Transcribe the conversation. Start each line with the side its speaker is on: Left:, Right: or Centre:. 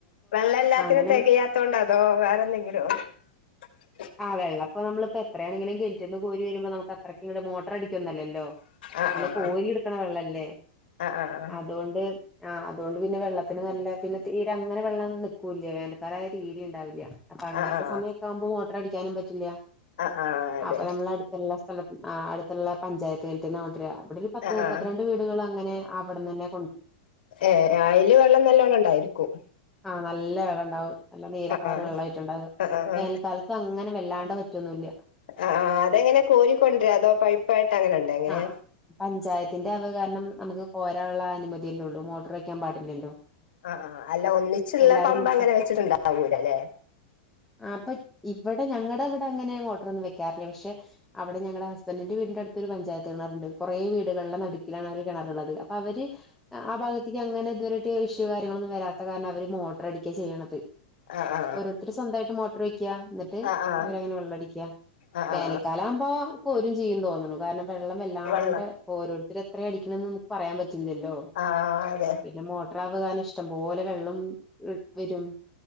Left: വെള്ളല്ലാത്തിനും,
Centre: അങ്ങനെ
Left: തെകയാത്തോണ്ട, അതോ, വേറെ, എന്തെങ്കിലോ ടേക്
Centre: ആ, വെള്ളപ്പൊ, നമ്മള്പ്പൊ, എത്രായാ ണെങ്കിലും, കെണറ്റ്ന്ന്, കോരി വരു മ്പോ, നമ്മക്കത്രക്കിങ്ങട്ട്, മൊട്ടർ അടിക്കുക യൊന്നുല്ലലോ
Left: ആ
Centre: നമ്മള്,
Left: ആ
Centre: കോരി
Left: ആ
Centre: എടുക്കണ, വെള്ളല്ലേ,
Left: ആ ആ
Centre: അതോണ്ട് ആഹ്, അതോണ്ട് പിന്നെ, വെള്ളത്തിന്, നല്ല, പിന്നെ, തീരങ്ങനെ, വെള്ളം, നിക്കൂല്ലാ, വേനൽക്കാലായ തീരിംണ്ടാവില്ല, അപ്പൊ, അങ്ങനത്തെ,
Left: ആ ആ
Centre: സമയൊക്കാവുമ്പോ, മോട്ടർടിക്കാനും, പറ്റില്ല
Left: ആ ആ അതെ
Centre: അപ്പൊ, നമ്മളടുത്തുള്ള സ്ഥല, അടുത്തുള്ള, പഞ്ചായത്ത്, കെണറ്റ്ന്നാ, കൊണ്ടര, അവടെ, ഒരു, പത്ത്,
Left: ആ
Centre: മുപ്പത്ത്രണ്ട്,
Left: ആ
Centre: വീടുകളങ്ങനെ, അവിടന്നെന്നെ
Left: ഏ, അയില്, വെള്ളം നല്ലോണ്ണം, ഇണ്ടായിരിക്കും
Centre: ആഹ്, നല്ല വെള്ളംണ്ടാവും, നല്ല നീലക്കളർ,
Left: ആ
Centre: വെള്ളയിട്ടുണ്ടാവ,
Left: ആ ആ
Centre: വേനൽക്കാലത്തങ്ങനെ അങ്ങനെ, വല്ലാണ്ട, വറ്റൊന്നുല്ല
Left: ആ്, അ, ആ, അതെങ്ങനെ, കോരിക്കൊണ്ടര, അതോ, പയ്പ്പായിട്ട്, അങ്ങനെണ്ട, എങ്ങനെ
Centre: ആ പഞ്ചായത്തിന്റെ അത് കാരണം നമുക്ക്, കൊരാള്ള, അനുമതിയല്ലേ, ഉള്ളൂ, മോട്ടർ, വയ്ക്കാൻ, പാടില്ലല്ലോ
Left: ആഹ്, ആ, അല്ല, ഒന്നിച്ചുള്ള,
Centre: എല്ലാരും
Left: പമ്പങ്ങനെ,
Centre: കൂടിട്ട്
Left: വെച്ചിട്ടുണ്ടാവൂലല്ലെ
Centre: അപ്പൊ, ഇവ പക്ഷെ, ഞങ്ങടെ അവിടെ, അങ്ങനെ മോട്ടർ ഒന്നും വെക്കാറില്ല. പക്ഷെ അവിടെ ഞങ്ങടെ ഹസ്ബൻന്റിന്റെ, വീടിന്റടുത്തൊരു, പഞ്ചായത്ത് കിണറുണ്ട് കൊറയെ, വീടുകളുടെ, നടുക്കിലാണ്, ആ ഒരു കിണറുള്ളത് അപ്പൊ അപ്പ, അവര്, ആ, ഭാഗത്തേക്ക്, അങ്ങനെ, ഇതുവരെ ആയിട്ട് ഇഷ്യൂ, കാര്യങ്ങളൊന്നും, വരാറില്ല ത്തകാരണം, അവര്, മോട്ടറടിക്ക, ചെയ്യണത്,
Left: ആ ആ
Centre: ഓരോരുത്തർ, സ്വന്തായിട്ട്, മോട്ടർ ക്ക്യ, ന്നട്ട്,
Left: ആ ആ
Centre: അവരങ്ങനെ, വെള്ളടിക്ക,
Left: ആ
Centre: വേനൽക്കാലാവുമ്പോ,
Left: ആ
Centre: ക്കോരും, ചെയ്യും, തോന്നണു, കാരണം വെള്ളം, വല്ലാണ്ടെ,
Left: വെള്ളം
Centre: ഓരോരുത്തര്, എത്രെടിക്കണ എന്നും പറയാൻ പറ്റില്ലല്ലോ,
Left: ആ അതെ
Centre: പിന്നെ, മോട്രാവ്കാന നിഷ്ടം പോലെ, വെള്ളം ഇ, വരും,